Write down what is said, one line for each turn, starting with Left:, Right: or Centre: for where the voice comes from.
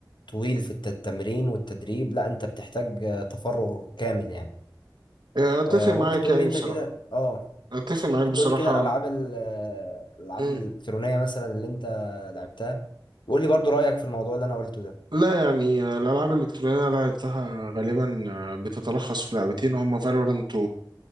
Left: طويل في الت- التمرين والتدريب لا انت بتحتاج آه، تفرغ كامل يعني
Right: يعني اتفق
Left: آه،
Right: معاك
Left: ممكن تقول
Right: يعني
Left: لي انت
Right: بصراحه
Left: كده اه
Right: اتفق معاك
Left: ممكن
Right: بصراحه
Left: تقول لي كده الالعاب ال- آه، الالعاب
Right: مم.
Left: الالكترونيه مثلا اللي انت لعبتها وقول لي برضو رايك في الموضوع اللي انا قلته ده
Right: لا يعني آه، الالعاب الالكترونيه اللي لعبتها غالبا آه، بتتلخص في لعبتين هما فالورنت